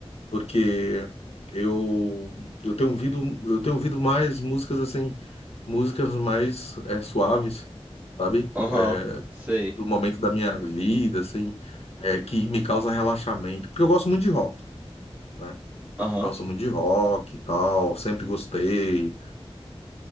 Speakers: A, on the left; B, on the right.
A: Porque eu, eu tenho ouvido, eu tenho ouvido mais músicas assim músicas mais é, suaves, sabe?
B: aham,
A: É,
B: sei.
A: do momento da minha vida, assim, é, que me causa relaxamento. Porque eu gosto muito de rock, né?
B: Aham,
A: Gosto muito de rock e tal, sempre gostei.